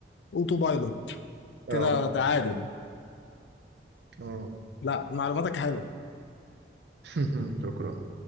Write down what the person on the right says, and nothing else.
اه
اه
<laughs> شكرا